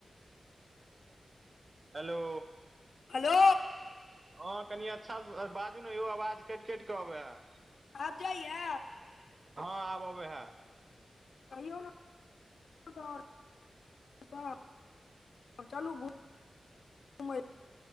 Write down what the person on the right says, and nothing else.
हेलो!
हँ कनि अच्छा से बाजू ने यो, आवाज कटि- कटि कऽ अबे है।
हँ आब अबे है।